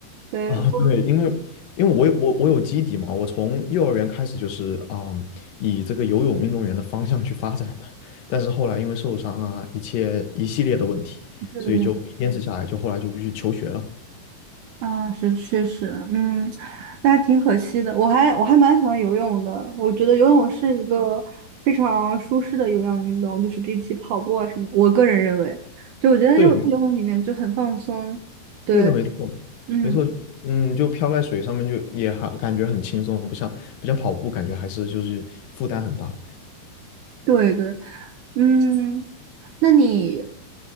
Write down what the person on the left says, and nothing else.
啊，
对，因为因为我有我我有基底嘛，我从幼儿园开始就是啊、以这个游泳运动员的方向去发展的，但是后来因为受伤啊，一切一系列的问题，
所以就没坚持下来，就后来就去求学了。
对，没
对的，没错，
没错，嗯，就漂在水上面就也还感觉很轻松，不像不像跑步，感觉还是就是负担很大。